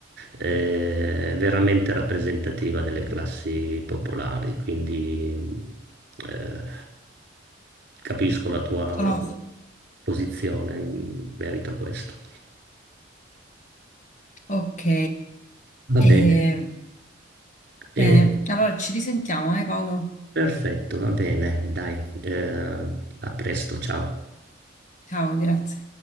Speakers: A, on the right; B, on the left.
A: eh, veramente rappresentativa delle classi popolari. Quindi eh, capisco la tua,
B: Sono...
A: la tua posizione in merito a questo.
B: Ok,
A: Va
B: E-
A: bene, Eh,
B: bene, allora ci risentiamo, eh Paolo?
A: perfetto, va bene, dai, eh, a presto, ciao.
B: Ciao, grazie.